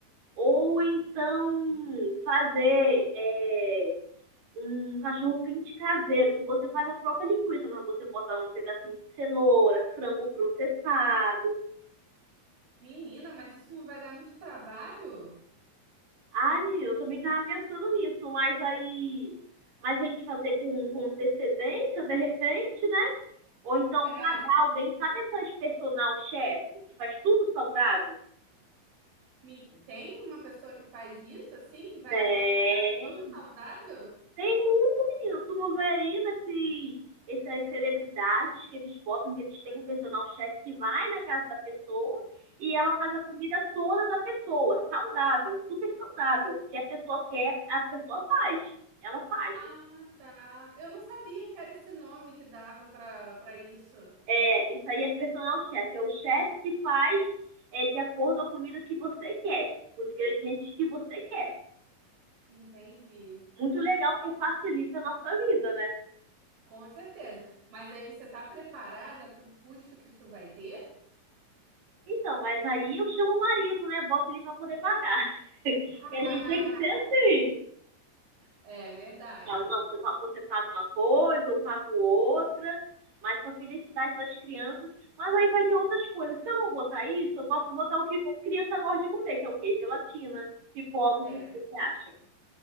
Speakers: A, on the right; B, on the right.
A: ou então fazer é, um cachorro quente caseiro, que você faz a própria linguiça, mas você bota um pedacinho de cenoura, frango processado
B: Menina, mas isso não vai dar muito trabalho?
A: Ai, menino, eu também tava pensando nisso, mas aí. Mas a gente fazer com, com antecedência, de repente, né? Ou então
B: É,
A: pagar alguém, sabe essas personal chef que faz tudo saudável?
B: me- tem uma pessoa que faz isso assim, que vai
A: Tem,
B: fazer um cardápio todo saudável?
A: tem muito, menino. Tu não vê aí nesses, essas celebridades que eles botam, que eles têm um personal chef que vai na casa da pessoa e ela faz a comida toda da pessoa, saudável, super saudável, o que a pessoa quer, a pessoa faz. Ela faz,
B: Ah, tá. Eu não sabia que era esse nome que dava pra para isso.
A: É, isso aí é personal chef. É o chefe que faz é, de acordo com a comida que você quer, os ingredientes que você quer.
B: Entendi.
A: Muito legal, porque facilita a nossa vida, né?
B: Com certeza. Mas aí você tá preparada pro custo que isso vai ter?
A: Então, mas aí eu chamo o marido, né? Bota ele para poder pagar. <laughs> que
B: <laughs>
A: a gente tem que ser assim.
B: É verdade.
A: Falo, não, você pa- você paga uma coisa, eu pago outra, mas para felicidade das crianças. Mas aí vai ter outras coisas. Se eu não botar isso, eu posso botar o que a criança gosta de comer, que é o quê? Gelatina, pipoca, o
B: É.
A: que que você acha?